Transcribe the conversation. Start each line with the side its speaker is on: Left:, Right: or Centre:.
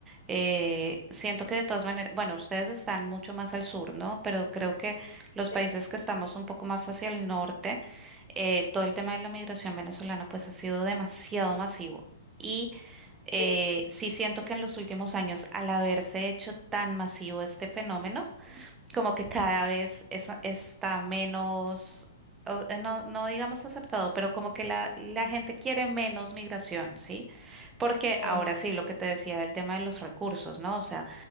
Right: eh, siento que de todas maneras, bueno, ustedes están mucho más al sur, ¿no? Pero creo que los países
Left: Sí,
Right: que estamos un poco más hacia el norte, eh, todo el tema de la migración venezolana pues ha sido demasiado masivo. Y eh,
Left: sí,
Right: sí siento que en los últimos años, al haberse hecho tan masivo este fenómeno, como que cada vez es- está menos, o- eh, no, no digamos aceptado, pero como que la, la gente quiere menos migración, ¿sí? Porque
Left: claro,
Right: ahora sí, lo que te decía del tema de los recursos, ¿no? O sea,